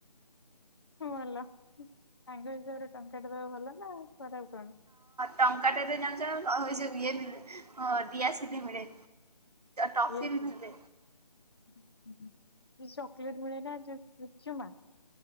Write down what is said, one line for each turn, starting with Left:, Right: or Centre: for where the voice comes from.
Left: ଭଲ ସାଙ୍ଗ ହିସାବରେ ଟଙ୍କାଟବା ଭଲ ନା ଖରାପ କଣ।
Right: ଟଙ୍କାଟେରେ ଜାଣିଛ ହଁ ଯୋଉ ଦିଆ ଦିଆସିଲି ମିଳେ।
Left: <inaudible>
Right: ଟଫି ବି ମିଳେ
Left: ଚକଲେଟ ମିଳେ ନା ଯୋଉ ଚୁଚ୍ଚୁମା